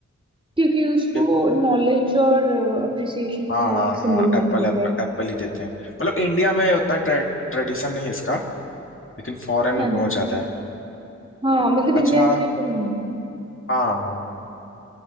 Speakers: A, on the right (about 20°); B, on the left (about 45°).
A: क्योंकि उसको
B: ये
A: नॉलेज और अप्रिसिएशन
B: हाँ
A: का
B: हाँ
A: सिंबल
B: हाँ एप्पल
A: माना जाता
B: एप्पल
A: है
B: एप्पल ही देते हैं मतलब इंडिया में उतना ट्रेडिशन नहीं है इसका लेकिन फॉरेन में
A: हाँ
B: बहुत ज्यादा है
A: हाँ मतलब इंडिया
B: अच्छा
A: में तो नहीं
B: हाँ हाँ